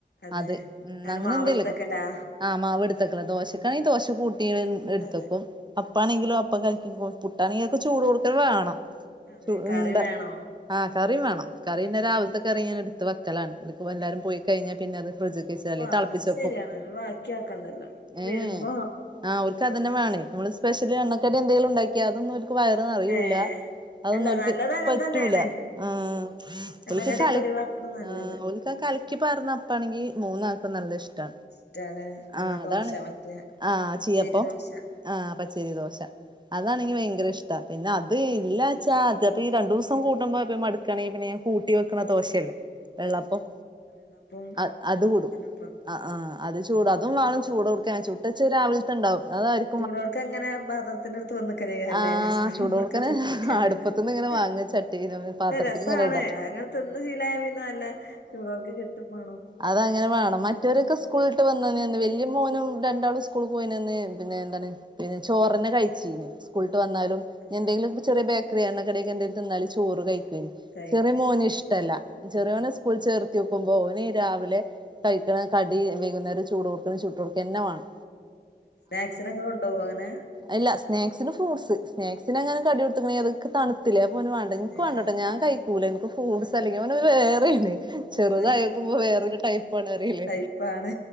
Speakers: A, on the left; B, on the right.
A: അതെ
B: അത് ഉം
A: കാരണം
B: അങ്ങനെന്തേലൊക്കെ
A: മാവ്ട്ത്തക്കലാ
B: ആഹ് മാവ്ട്ത്തെക്കലാ ദോശക്കാണെങ്കി ദോശ കൂട്ടീലെ എട്ത്തെക്കും
A: അതെ
B: അപ്പാണെങ്കിലും
A: ആഹ്
B: അപ്പ കയിക്കും പുട് പുട്ടാണെങ്കിലൊക്കെ ചൂടോട്ക്കെനെ വേണം
A: അതെ
B: <unintelligible>
A: കറി
B: ഇണ്ടാ
A: വേണോ
B: ആ കറിം വേണം കറിപിന്നെ രാവ്ൽത്തെ കറി ഞാൻ ഇട്ത്ത് വെക്കലാണ് ഇപ്പൊ എല്ലാരും
A: അതെ
B: പോയിക്കഴിഞ്ഞാ പിന്നെ അത് ഫ്രിഡ്ജ്ക്കെച്ചാലേ
A: വാ
B: തൾപ്പിച്ചെക്കും
A: അത് ശരിയാണ് ബാക്കി ആക്കണ്ടല്ലോ
B: ഏഏഹ്
A: വരുമ്പോ
B: ആ ഓൽക്കതന്നെ
A: ആവശ്യണ്ടാവും
B: വാണേയ് നമ്മള് സ്പെഷ്യല് എണ്ണക്കടി എന്തേലുണ്ടാക്ക്യാ അതൊന്ന്വോൽക്ക് വയറ് നെറയുംല്ല
A: ഏ
B: അതൊന്നോൽക്ക്
A: അല്ല നല്ലത് അങ്ങനെ
B: പറ്റൂല്ല
A: തന്നെയാണ്
B: ആഹ്
A: എണ്ണക്കടിയൊക്കെ
B: ഓൽക്ക് കല
A: ഒഴിവാക്കണ നല്ലത്
B: ആഹ് ഓൽ ക കൽക്കിപ്പാർന്ന അപ്പാണെങ്കി മൂന്നാൾക്കും നല്ല ഇഷ് ട്ടാ
A: ഇഷ്ടാല്ലേ ആ
B: ആഹ്
A: ദോശ
B: അതാണ്
A: മറ്റേ
B: ആഹ്
A: പച്ചരി
B: ചീയ്യപ്പം
A: ദോശ
B: ആഹ്
A: അതെ
B: പച്ചരിദോശ അതാണെങ്കി വയങ്കര ഇഷ്ടാ പിന്നെ അത് ഇല്ലാച്ചാ അത് ഇപ്പീ രണ്ടൂസം കൂടുമ്പൊക്കെ മട് ക്കാണെങ്കി പിന്നെ ഞാൻ കൂട്ടി വെക്ക്ണ ദോശയല്ലേ വെള്ളപ്പം
A: അതെ വെള്ളപ്പവും
B: അദ് അത് കൊട്ക്കും
A: പാലപ്പവും ഒക്കെ ഉണ്ടാവും
B: ആ ആഹ് അത് ചൂടാ അതും വാണം ചൂടോട്ക്കനെ ചുട്ടച്ചത് രാവ്ൽത്തെണ്ടാവും അതാര്
A: ചൂടോട്ക്കെങ്ങനേ മ്പാത്ര ത്ത്ന്റെട്ത്ത് വന്ന്ക്കലെയ്ക്കാരംലേ
B: ആ
A: ചൂടോട്ക്കെ
B: ചൂട് കൊടുക്കനെ
A: ചുട്ടൊട്ക്ക
B: അടുപ്പത്തുന്ന്
A: ഹ ഹ
B: ഇങ്ങനെ
A: ഹ
B: വാങ്ങ ചട്ടീ പാത്രത്തിക്ക്
A: ഇത് രസാണ്
B: ഇങ്ങനെ ഇടാ
A: അങ്ങനെ തിന്ന് ശീലായ് പിന്നെ നല്ല ചൂടോട്ക്കെ കിട്ടും മാണം
B: അതഅങ്ങനെവാണം മറ്റൊരൊക്കെ സ്കൂളിട്ട് വന്ന <unintelligible> വല്യ മോനും രണ്ടാളും സ്കൂളി പോയിന്നന്ന് പിന്നെ എന്താണ് പിന്നെ ചോറന്നെ കഴി ച്ചീന്ന് സ്കൂൾ വിട്ട്
A: അതെ
B: വന്നാലും
A: ആ
B: എന്തേലും ചെറിയ ബേക്കറിയോ എണ്ണക്കടിയോ എന്തേലും തിന്നാലും ചോറ് കഴ-
A: കഴിക്കേം
B: ചെറ്യ മോന് ഇഷ്ടല്ല ചെറിയോനെ സ്കൂൾ ചേർ- ത്തി വെക്കുമ്പോൾ ഓന് രാവിലെ കഴിക്കണ കടി വൈകുന്നേരം ചൂടോട്ക്കനെ ചുട്ടൊടുക്കന്നെ വാണം
A: സ്നാക്സിനൊക്കെ കൊണ്ടോ വോ അങ്ങനെ
B: അല്ല സ്നാക്സിന് ഫ്രൂട്സ് സ്നാക്സിനെങ്ങാനും കടി കൊടുത്ത്ക്ക്ണെങ്കി അതൊക്കെ തണു- ത്തിലെ അപ്പൊ ഓന് വാണ്ട ഇൻക്ക്
A: അതെ
B: വാണ്ടട്ടോ
A: ആ
B: ഞാൻ കഴിക്കൂല ഇൻക്ക് ഫ്രൂട്സ്
A: ആ
B: അല്ലെങ്കിൽ
A: ആ
B: ഓന് ഒരുവേറേണ് ചെറുതായോക്കുമ്പോ
A: അതെ
B: വേറൊരു ടൈപ്പാണ് അറിലേ
A: ടൈപ്പാണ്